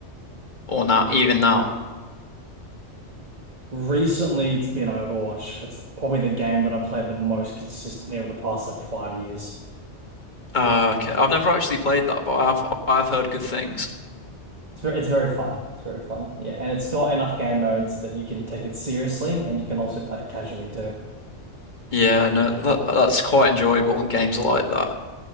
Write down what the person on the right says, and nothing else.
Ooh.
Recently, it's been Overwatch. It's probably the game that I played the most consistently over the past like five years.
It's ver- it's very fun. It's very fun. Yeah, and it's got enough game modes that you can take it seriously and you can also play it casually too.